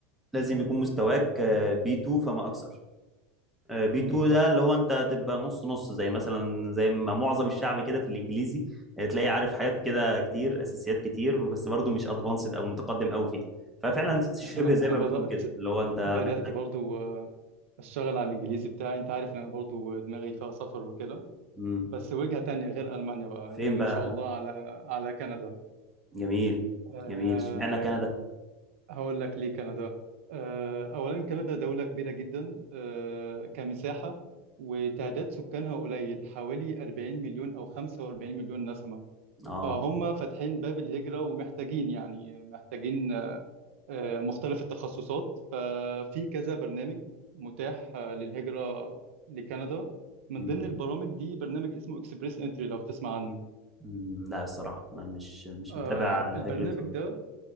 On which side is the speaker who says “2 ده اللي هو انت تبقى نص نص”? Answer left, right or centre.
Centre